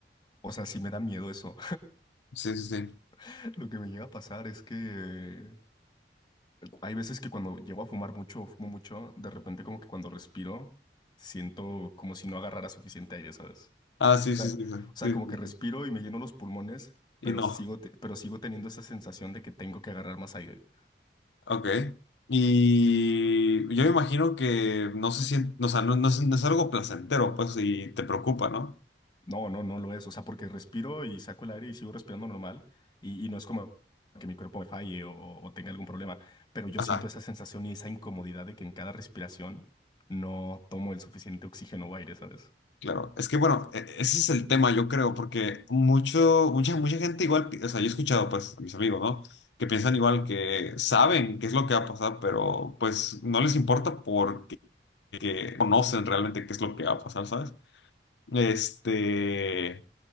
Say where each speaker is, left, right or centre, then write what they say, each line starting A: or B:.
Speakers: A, on the left; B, on the left.
A: o sea, sí me da miedo eso,
B: Sí, sí, sí.
A: <laughs> lo que me llega a pasar es que eh, hay veces que cuando llego a fumar mucho o fumo mucho, de repente como que cuando respiro, siento como si no agarrara suficiente aire, ¿sabes?
B: Ah, sí,
A: O sea,
B: sí, sí,
A: o
B: sí,
A: sea, como
B: sí, sí,
A: que respiro
B: sí.
A: y me lleno los pulmones,
B: Y
A: pero
B: no.
A: sigo, te- pero sigo teniendo esa sensación de que tengo que agarrar más aire.
B: Ok. Y yo me imagino que no se siente, o sea, no, no es, no es algo placentero, pues, y te preocupa, ¿no?
A: No, no, no lo es. O sea, porque respiro y saco el aire y sigo respirando normal y, y no es como que mi cuerpo me falle o, o tenga algún problema, pero yo
B: Ajá,
A: siento esa sensación y esa incomodidad de que en cada respiración no tomo el suficiente oxígeno o aire, ¿sabes?
B: claro. Es que bueno, e- ese es el tema, yo creo, porque mucho, mucha, mucha gente igual, pi- o sea, yo he escuchado pues a mis amigos, ¿no? que piensan igual, que saben qué es lo que va a pasar, pero pues no les importa porque que conocen realmente qué es lo que va a pasar, ¿sabes? Este,